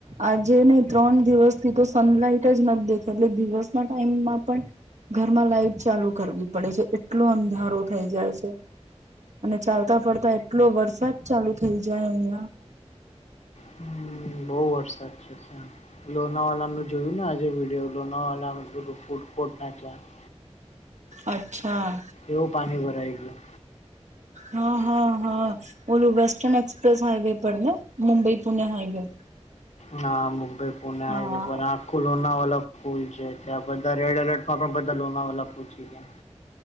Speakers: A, on the right; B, on the left.
A: આજે નહીં, ત્રણ દિવસ થી તો સનલાઈટ જ નથી દેખાતા. એટલે દિવસના ટાઈમમાં પણ ઘરમાં લાઈટ ચાલુ કરવી પડે છે, એટલો અંધારો થઈ જાય છે. ચાલતા-પડતા એટલો વરસાદ ચાલુ થઇ જાય અહીં.
B: હમ, બ. બહુ વરસાદ છે. લોનાવાલાનું જોયું ને? આજે વિડીયો લોનાવાલામા પુર કોટનાટવા. <unintelligible>
A: અચ્છા.
B: એવું પાણી ભરાય ગયુ.
A: હા, હા, હા. ઓલું વેસ્ટર્ન એક્સપ્રેસ હાઈવે પર ને મુંબઈ- પુણે હાઈવે.
B: હા, મુંબઈ, પુણે હાઈવે
A: હા
B: બના
A: હા
B: લોનાવાલા પુલ છે. ત્યાં બધા રેડ એલર્ટમાં પણ બધા લોનાવાલા પહોંચી જાય.